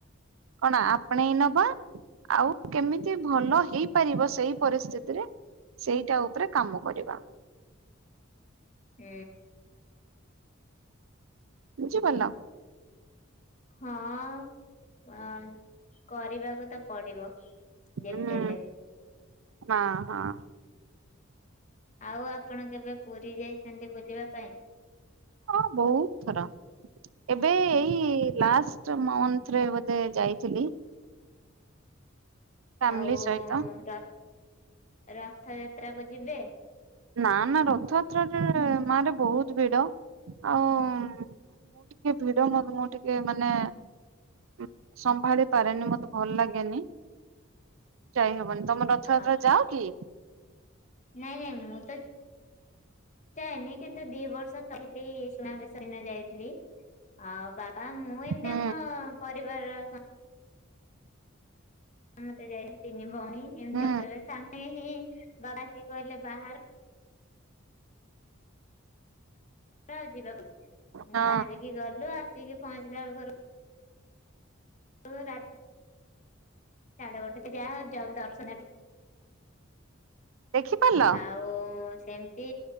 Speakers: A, on the right; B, on the left.
A: କଣ ଆପଣେଇ ନବ? ଆଉ କେମିତି ଭଲ ହେଇପାରିବ ସେଇ ପରିସ୍ଥିତିରେ ସେଇଟା ଉପରେ କାମ କରିବା।
B: ହୁଁ।
A: ବୁଝିପାରିଲ?
B: ହଁ ଅଁ କରିବାକୁ ତ ପଡିବ?
A: ହୁଁ
B: ଯେମିତି ହେଲେ ବି।
A: ହଁ ହଁ।
B: ଆଉ ଆପଣ କେବେ ପୁରୀ ଯାଇଛନ୍ତି ବୁଲିବା ପାଇଁ?
A: ହଁ ବହୁତ ଥର। ଏବେ ଏଇ ଲାଷ୍ଟ ମନ୍ଥରେ ବୋଧେ ଯାଇଥିଲି? ଫ୍ୟାମିଲି
B: ଆଉ
A: ସହିତ।
B: ର ରଥଯାତ୍ରାକୁ ଯିବେ?
A: ନାଁ ନାଁ ରଥଯାତ୍ରାଟାରେ ମାନେ ବହୁତ ଭିଡ। ଆଉ ମୁଁ ଟିକେ ଭିଡ <unintelligible> ମୁଁ ଟିକେ ମାନେ? ହୁଁ ସମ୍ଭାଳି ପାରେନି ମତେ ଭଲ ଲାଗେନି ଯାଇହବନି। ତମ ରଥଯାତ୍ରା
B: ହଁ
A: ଯାଅ କି?
B: ନାଇଁ ନାଇଁ ମୁଁ ତ ଯାଏନି? କିନ୍ତୁ ଦି ବର୍ଷ କହିଲି ସୁନାବେଶ ଦିନ ଯାଇଥିଲି। ଆଉ ବାବା ମୁଁ ଏମତି
A: ହୁଁ
B: ଆମ ପରିବାର ସ ମତେ ଯାଇ ତିନି ଭଉଣୀ ଏମତି
A: ହୁଁ
B: ତଟରେ ସାଙ୍ଗ ହେଇ ହେଇ ବା ଆସି କହିଲେ ବାହାର। ର ଯିବାକୁ
A: ହଁ
B: ଉଁ ବାହାରିକି ଗଲୁ ଆସିକି ପହଞ୍ଚିଲା ବେଳକୁ ଘରୁ ରୁ ରା ସାଢେ ଗୋଟେ ଯାହାହୋଉ <unintelligible>
A: ଦେଖିପାରିଲ?
B: ଆଉ ସେମିତି